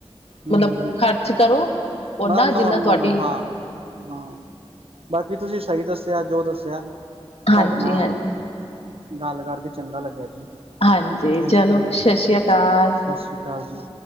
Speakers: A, on the right; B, on the left.
A: ਹੂੰ
B: ਮਤਲਬ
A: -ਹੂੰ ਹੂੰ
B: ਖਰਚ ਕਰੋ ਓਨਾ
A: ਨਾ ਨੌਰਮਲ
B: ਜਿੰਨਾ ਤੁਹਾਡੀ
A: ਹਾਂ, ਹਾਂ ਬਾਕੀ ਤੁਸੀਂ ਸਹੀ ਦੱਸਿਆ ਜੋ ਦੱਸਿਆ।
B: ਹਾਂਜੀ
A: ਤੁਹਾਡੇ ਨਾਲ
B: ਹਾਂਜੀ
A: ਗੱਲ ਕਰਕੇ ਚੰਗਾ ਲੱਗਿਆ ਜੀ,
B: ਹਾਂਜੀ
A: ਥੈਂਕਯੂ,
B: ਚਲੋ ਸਤਿ ਸ੍ਰੀ ਅਕਾਲ
A: ਸਤਿ ਸ਼੍ਰੀ ਅਕਾਲ ਜੀ।